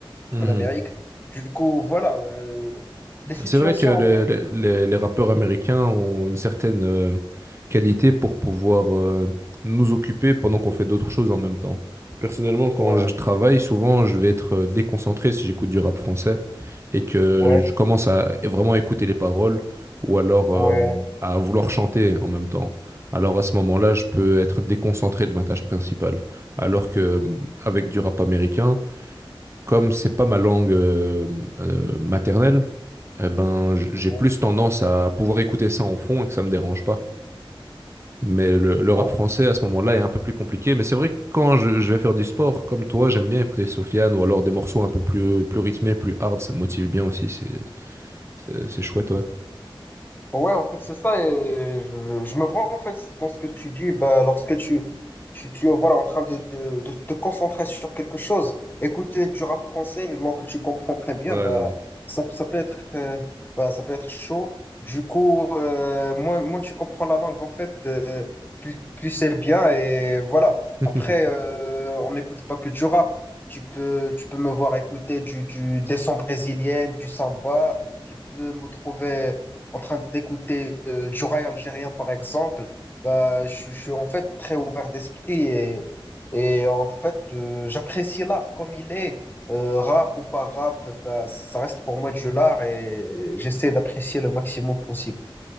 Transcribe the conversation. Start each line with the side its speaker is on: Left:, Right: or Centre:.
Right: mhm.
Left: en Amérique. Du coup, voilà, euh, les situations,
Right: C'est vrai que le-
Left: en fait,
Right: le-
Left: euh,
Right: les, les rappeurs américains ont une certaine euh, qualité pour pouvoir euh, nous occuper pendant qu'on fait d'autres choses en même temps. Personnellement, quand
Left: ouais,
Right: je travaille, souvent, je vais être euh, déconcentré si j'écoute du rap français et que
Left: ouais,
Right: je commence à vraiment écouter les paroles ou alors
Left: ouais,
Right: euh, à vouloir chanter en même temps. Alors à ce moment-là, je peux être déconcentré de ma tâche principale. Alors que euh, avec du rap américain, comme c'est pas ma langue euh, euh, maternelle, eh ben, j- j'ai
Left: ouais,
Right: plus tendance à pouvoir écouter ça en fond et que ça me dérange pas. Mais le, le rap
Left: ouais.
Right: français à ce moment-là est un peu plus compliqué. Mais c'est vrai que quand je, je vais faire du sport, comme toi, j'aime bien écouter Sofiane ou alors des morceaux un peu plus, plus rythmés, plus hard. Ça me motive bien aussi. C'est, c'est, c'est chouette, ouais.
Left: Ouais, en fait, c'est ça. Et je, je me vois, en fait, dans ce que tu dis, bah, lorsque tu, tu, tu es voilà, en train de, de, de te concentrer sur quelque chose, écouter du rap français, une langue que tu comprends très bien,
Right: Ouais,
Left: bah,
Right: non.
Left: ça, ça peut être, euh, bah, ça peut être chaud. Du coup, euh, moins, moins tu comprends la langue, en fait, euh, plus, plus c'est bien. Et voilà.
Right: <laughs>
Left: Après, euh, on n'écoute pas que du rap. Tu peux, tu peux me voir écouter du, du, des sons brésiliennes, du samba. Tu peux me trouver en train d'écouter euh, du rail algérien, par exemple, bah, je, je suis en fait très ouvert d'esprit et, et en fait, euh, j'apprécie l'art comme il est. Euh, rap ou pas rap, bah, ça reste pour moi du l'art et j'essaie d'apprécier le maximum possible.